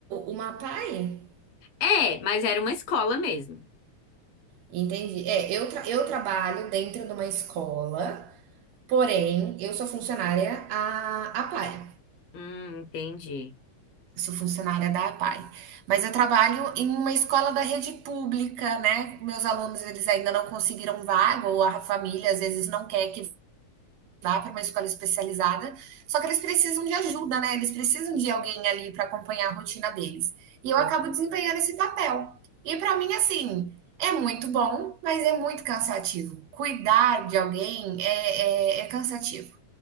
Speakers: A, on the right; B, on the left.
A: uma PAI?
B: É, mas era uma escola mesmo.
A: Entendi. É, eu, tra- eu trabalho dentro de uma escola, porém, eu sou funcionária a APAE.
B: Hum, entendi.
A: Sou funcionária da APAE, mas eu trabalho em uma escola da rede pública, né? Meus alunos, eles ainda não conseguiram vaga, ou a família às vezes não quer que vá para uma escola especializada, só que eles precisam de ajuda, né? Eles precisam de alguém ali para acompanhar a rotina deles. E eu
B: Com-
A: acabo desempenhando esse papel. E para mim, assim, é muito bom, mas é muito cansativo. Cuidar de alguém é, é, é cansativo.